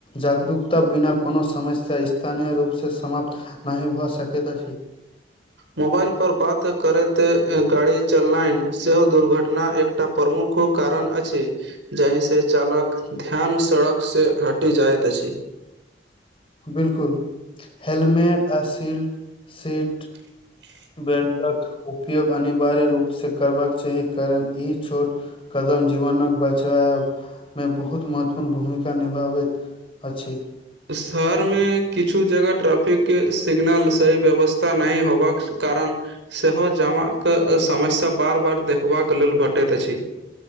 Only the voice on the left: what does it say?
जागरूकता बिना कोनो समस्या स्थानीय रूप स समाप्त नहि भए सकैत अछि
बिल्कुल हेलमेट आ सीलट सीट
बेल्टक उपयोग अनिवार्य रूप से करबाक चाही कारण ई छोट कदम जीवनक बचाय मे बहुत महत्वपूर्ण भूमिका निभाबैत अछि